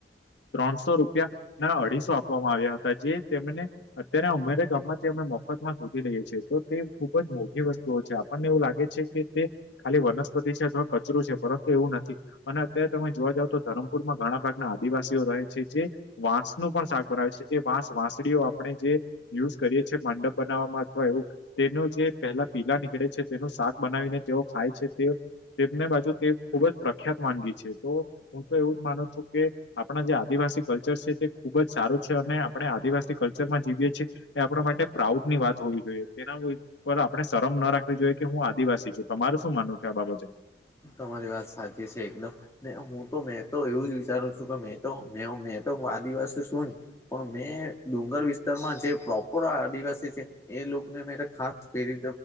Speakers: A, on the left (about 85°); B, on the left (about 15°).
A: ત્રણસો રૂપિયા ના અઢીસો આપવામાં આવ્યા હતા જે તેમને અત્યારે અમેરે ગામમાંથી અમે મફતમાં ફોધટી રઈએ છીએ તો તે ખુબ જ મોઘી વસ્તુઓ છે. આપણને એવું લાગે છે કે તે ખાલી વનસ્પતિ છે અથવા કચરું છે પરંતુ એવું નથી. અને અત્યારે તમે જોવા જાવ તો ધરમપુરમાં ઘણા ભાગના આદિવાસીઓ રહે છે જે વાંસનું પણ શાક બનાવે છે જે વાસ વાંસડીઓ આપણે જે યુઝ કરીએ છીએ માંડપ બનાવવામાં અથવા એવું તેનું જે પહેલા પીલા નીકળે છે તેનું શાક બનાવીને તેઓ ખાય છે તે. તેમને બાજુ તે ખુબ જ પ્રખ્યાત વાનગી છે તો હું તો એવું જ માનું છું કે આપણા જે આદિવાસી કલ્ચર છે તે ખુબ જ સારું છે અને આપણે આદિવાસી કલ્ચરમાં જીવીએ છીએ. એ આપણા માટે પ્રાઉડ ની વાત હોવી જોઈએ. તેના ઉપ આપણે શરમ ના રાખવી જોઈએ કે હું આદિવાસી છું. તમાર શું માનવું છે આ બાબતે?
B: તમારી વાત સાચી છે એકદમ. હું તો મેં તો એવું જ વિચારું છું કે મે તો મે મે તો આદિવાસી શું પણ મેં ડુંગર વિસ્તારમાં જે પ્રોપર આદિવાસી છે. એ લોકોને ખાસ પ્રેરિત